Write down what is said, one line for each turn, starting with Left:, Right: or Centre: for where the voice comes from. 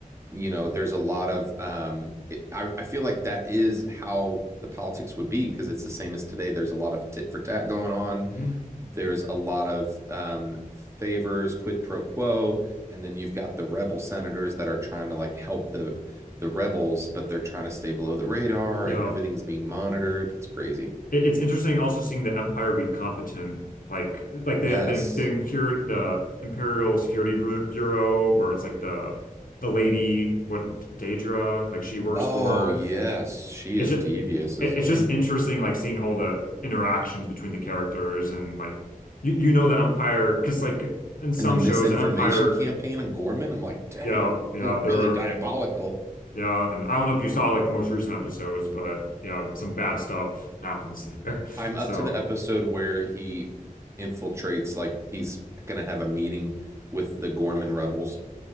Right: you know, there's a lot of um it- I I feel like that is how the politics would be because it's the same as today. There's a lot of tit for tat going on.
Left: hmm
Right: There's a lot of um favors, quid pro quo, and then you've got the rebel senators that are trying to like help the the rebels, but they're trying to stay below the radar
Left: Yeah.
Right: and everything's being monitored. It's crazy.
Left: It, it's interesting also seeing the Empire be competent. Like like
Right: Yes.
Left: the the the, impure, the Imperial Security Bu- Bureau where it's like the the lady what Daedra like she works
Right: Oh,
Left: for.
Right: yes. She is
Left: It's just
Right: devious, isn't
Left: it's
Right: she?
Left: just interesting like seeing all the interactions between the characters and like you, you know the Empire because like in some
Right: And the misinformation
Left: shows the Empire
Right: campaign on Gorman, I'm like, dang,
Left: yeah yeah
Right: they're really
Left: they're
Right: diabolical.
Left: Yeah, and I don't know if you saw like the most recent episodes, but yeah, some bad stuff happens there. <laughs>
Right: I'm up
Left: So,
Right: to the episode where he infiltrates, like he's gonna have a meeting with the Gorman rebels,